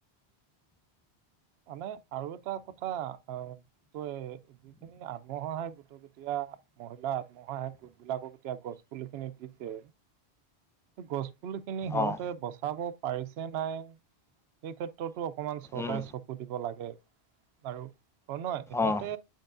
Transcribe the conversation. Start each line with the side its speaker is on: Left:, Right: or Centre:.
Right: মানে আৰু এটা কথা হয়। ত যিখিনি আত্মসহায়ক গোট এতিয়া মহিলা আত্মসহায়ক গোট। বিলাকক এতিয়া গছ পুলি খিনি দিছে গছ- পুলিখিনি সিহঁতে
Centre: অঁ
Right: বচাব পাৰিছে নাই এই ক্ষেত্ৰত। অকমান চৰকাৰে
Centre: উম
Right: চকু দিব লাগে আৰু অ নহয় ইহঁতে
Centre: অঁ